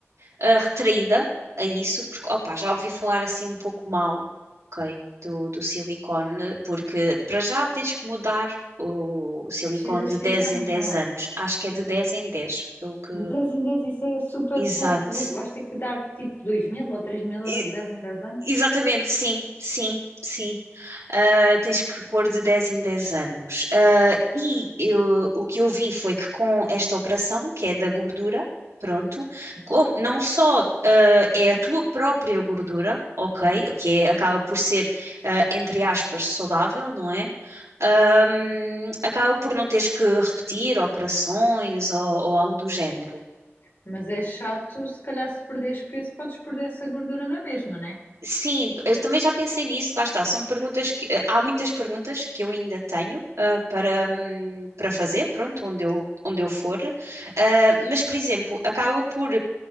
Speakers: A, on the right (about 85°); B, on the left (about 50°).
A: ah, retraída a isso, porque, opá, já ouvi falar assim um pouco mal, ok, do, do silicone, porque para já tens que mudar o, o silicone
B: x a
A: de 10
B: x anos,
A: em 10
B: não é?
A: anos. Acho que é de 10 em 10 pelo que...
B: De 10 em 10 isso é super
A: Exato.
B: pouco. que de- Vais ter que dar tipo dois mil ou três mil
A: E-
B: euros de 10 em dez anos.
A: exatamente, sim, sim, sim. ah, tens que pôr de 10 em 10 anos. Ah, e eu- o que eu vi foi que com esta operação, que é da gordura, pronto,
B: Sim.
A: com- não só ah, é a tua própria gordura, ok, o que é- acaba por ser, ah, entre aspas, saudável, não é? Ahm, acaba por não teres que repetir operações ou, ou algo do género.
B: Mas é chato, se calhar se perderes peso, podes perder essa gordura na mesma, né?
A: Sim, eu também já pensei nisso, lá está. São perguntas que eh, há muitas perguntas que eu ainda tenho ah, para, hum, para fazer, pronto, onde eu, onde eu for. Ah, mas, por exemplo, acaba por